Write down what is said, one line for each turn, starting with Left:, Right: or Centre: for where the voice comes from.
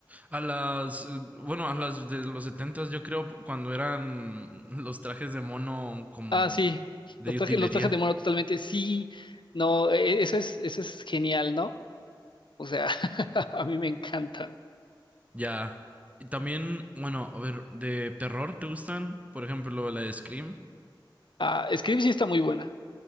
Right: a las, bueno, a las de los setentas, yo creo cuando eran los trajes de mono como
Left: Ah, sí,
Right: de
Left: los trajes,
Right: utilería,
Left: los trajes de mono totalmente, sí, no, e- e, eso es, eso es genial, ¿no? O sea, <laughs> a mí me encantan.
Right: ya. Y también, bueno, a ver, de terror, ¿te gustan? Por ejemplo, la de Scream.
Left: Ah, Scream sí está muy buena.